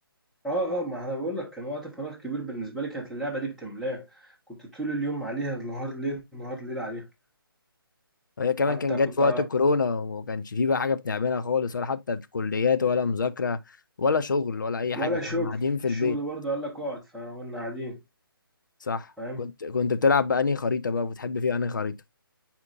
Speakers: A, in the centre; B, on the left (about 55°).
A: اه اه ما انا بقول لك كان وقت فراغ كبير بالنسبه لي كانت اللعبه دي بتملاه كنت طول اليوم عليها النهار ليل نهار ليل عليها
B: وهي كمان
A: حتى
B: كان جت
A: كنت
B: في وقت الكورونا وما كانش فيه بقى حاجة بنعملها خالص ولا حتى في كليات ولا مذاكرة ولا شغل ولا أي
A: ولا
B: حاجة
A: شغل
B: كنا قاعدين في
A: الشغل
B: البيت
A: برضه قال لك اقعد فكنا قاعدين
B: صح
A: فاهم
B: كنت كنت بتلعب بأنهي خريطة بقى بتحب فيها أنهي خريطة